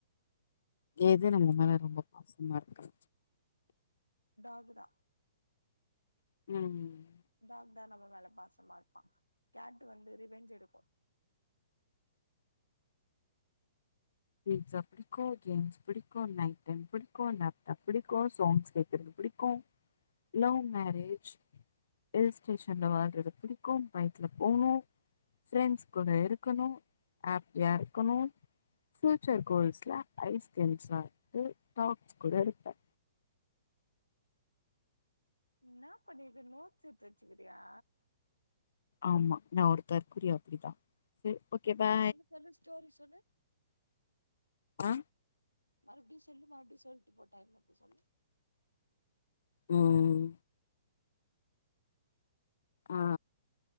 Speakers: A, on the left; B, on the left.
A: எது நம்ம
B: அதனால
A: மேல ரொம்ப பாசமா இருக்கு
B: டாக்கு தா
A: ம்
B: டாக் தா நம்ம மேல பாசமா இருப்பான் கேட் வந்து ரிவெஞ்ச் எடுக்கு
A: பீட்ஸா புடி கூல்ட்ரிங்ஸ் பிடிக்கு நைட் டைம் புடிக்கு லேப்டாப் பிடிக்கு சாங்ஸ் கேக்குறது பிடிக்கு லவ் மேரேஜ் ஹில் ஸ்டேஷன்ல வாழ்றது பிடிக்கு பைக்ல போணு ஃபிரெண்ஸ் கூட இருக்கணு ஹாப்பியா இருக்கணு ஃப்யூச்சர் கோல்ஸ்ல ஐஸ்கிரீம் சாப்ட்டு டாக்ஸ் கூட இருப்ப
B: இன்ன பண்ணிக்ற நோட்ஸ் எட்த்து வச்சுக்கிறியா
A: ஆமா நா ஒரு தற்குரி அப்டிதா சேர் ஓகே பா
B: சொல்லு சொல்லு ஸ்டோரி சொல்லு
A: ஆ
B: மறுப்டியு சொல்லு மறுப்டியு சொல்ட்டு போ டைம் இருக்கு சொல்லு
A: ம் ஆ